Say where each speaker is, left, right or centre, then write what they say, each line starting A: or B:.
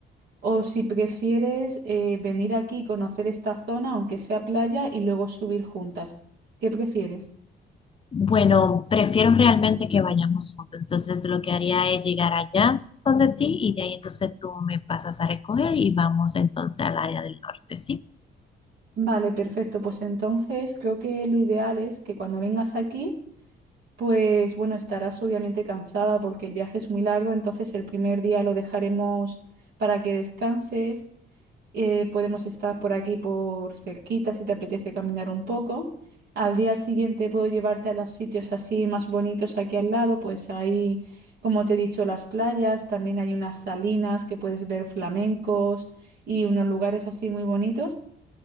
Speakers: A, on the right; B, on the left.
A: o si prefieres eh, venir aquí, conocer esta zona, aunque sea playa, y luego subir juntas. ¿Qué prefieres?
B: Bueno, prefiero realmente que vayamos juntos. Entonces lo que haría es llegar allá donde ti y de ahí entonces tú me pasas a recoger y vamos entonces al área del norte, ¿sí?
A: Vale, perfecto. Pues entonces creo que lo ideal es que cuando vengas aquí, pues bueno, estarás obviamente cansada porque el viaje es muy largo, entonces el primer día lo dejaremos para que descanses. eh, podemos estar por aquí por cerquita si te apetece caminar un poco. Al día siguiente puedo llevarte a los sitios así más bonitos aquí al lado, pues ahí, como te he dicho, las playas, también hay unas salinas que puedes ver flamencos y unos lugares así muy bonitos.